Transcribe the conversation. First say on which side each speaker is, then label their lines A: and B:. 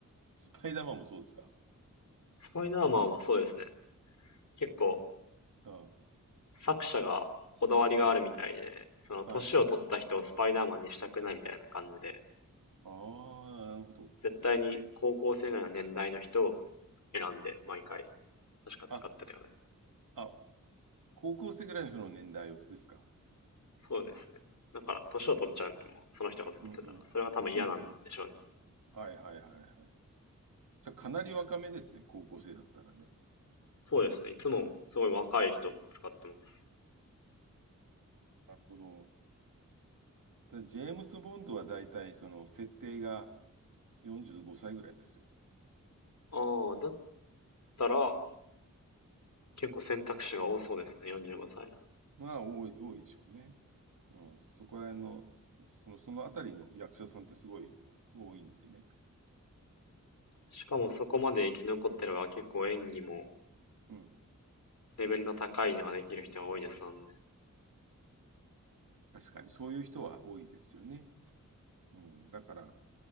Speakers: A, on the right; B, on the left.
A: スパイダーマンもそうですか。
B: スパイダーマンはそうですね。結構
A: あ、
B: 作者がこだわりがあるみたいで、
A: はい、
B: その年を取った人をスパイダーマンにしたくないみたいな感じで、
A: はい。ああ、なるほど。
B: 絶対に高校生ぐらいの年代の人を選んで毎回確か使ってたよね。
A: あ、あ、高校生ぐらいのその年代ですか。
B: そうですね。だから年を取っちゃうんで、もうその人がずっと出ってたら、
A: うんうん。
B: それが多分嫌なんでしょうね。
A: うんうん。はいはいはいはい。じゃあかなり若めですね、高校生だったらね。
B: そうですね。いつもすごい若い人使ってます。
A: なるほど。ただジェームス・ボンドは大体その設定が45歳ぐらいですよ。
B: ああ、だったら結構選択肢が多そうですね。45歳なら。
A: まあ多い、多いでしょうね。うん、そこら辺の、その、そのあたりの役者さんってすごい多いんでね。
B: しかもそこまで生き残ってれば結構演技も
A: うん。
B: レベルの高いのができる人が多いですもんね。
A: 確かにそういう人は多いですよね。うん。だから、